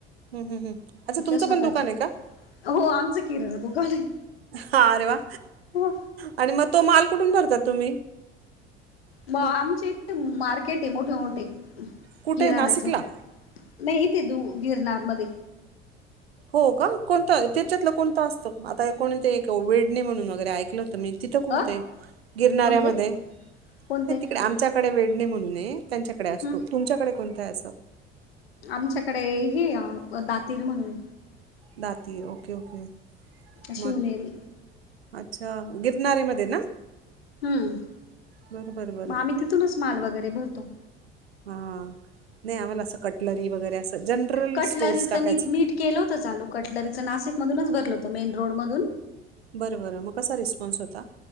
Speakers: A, on the right; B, on the left.
A: हम् हम्म हम्, अच्छा! तुमचं
B: स्वतःच्या
A: पण दुकान आहे का?
B: हो आमचं किराणा दुकान आहे
A: हा आरे वा!
B: हो
A: आणि मग तो माल कुठून भरतात तुम्ही.
B: म आमचे
A: हं.
B: इथे मार्केट आहे मोठे मोठे
A: कुठे
B: किराणाचे.
A: नाशिकला?
B: नाही ते दू गिरनार मध्ये.
A: हो का, कोणतं त्याच्यातलं कोणतं असतं आता कोणते वेडने म्हणून वगैरे ऐकलं होतं मी. तिथं कोणतं
B: अ
A: आहे गिरणाऱ्यामध्ये
B: कोणते कोणते
A: तिकडे आमच्याकडे वेडणे म्हणून ये. त्यांच्याकडे असतो
B: ह
A: तुमच्याकडे कोणतं आहे असं.
B: आमच्याकडे हे दातीर म्हणून.
A: दाती ओके ओके
B: शिवनेरी
A: म अच्छा गिरनऱेमध्ये ना.
B: हम्म,
A: बरं बरं बरं.
B: मग आम्ही तिथूनच माल वगैरे भरतो.
A: हा नाही आम्हाला असं कटलरी वगैरे असं जनरल
B: कटलरीचं
A: स्टोर्स टाकायच.
B: मी मीठ केलं होतं चालू कटलरीच नाशिक मधूनच भरल होतं मेन रोड मधून.
A: बरं बरं मग कसा रिस्पॉन्स होता.